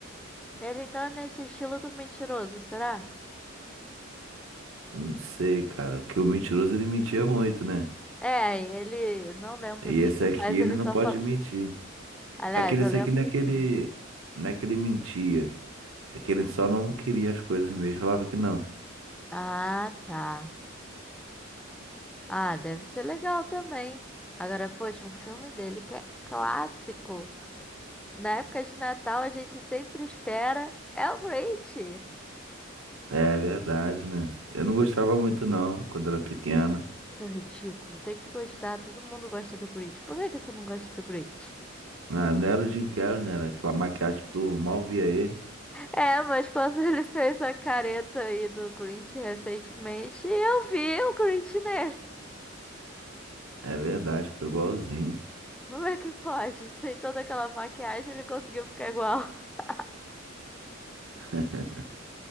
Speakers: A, in the centre; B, on the right.
A: Ele tá nesse estilo do mentiroso, será?
B: Não sei, cara. Porque o mentiroso ele mentia muito, né?
A: É, ele não lembra
B: E
A: o que
B: esse
A: que
B: aqui
A: faz,
B: ele
A: ele
B: não
A: só
B: pode
A: fala.
B: mentir.
A: Aliás,
B: É que nesse
A: eu lembro
B: aqui não é que
A: sim.
B: ele, não é que ele mentia. É que ele só não queria as coisas mesmo, falava que não.
A: Ah, tá. Ah, deve ser legal também. Agora, poxa, um filme dele que é clássico. Na época de Natal, a gente sempre espera. É o Grinch!
B: É verdade, né? Eu não gostava muito não, quando era pequena.
A: É ridículo, tem que gostar. Todo mundo gosta do Grinch. Por que que você não gosta do Grinch?
B: Ah, não era o Jim Carrey, né? Era aquela maquiagem que tu mal via ele.
A: É, mas quando <laughs> ele fez a careta aí do Grinch recentemente, eu vi o Grinch nele.
B: É verdade, ficou igualzinho.
A: Como é que pode? Sem toda aquela maquiagem, ele conseguiu ficar igual. <laughs>
B: <laughs>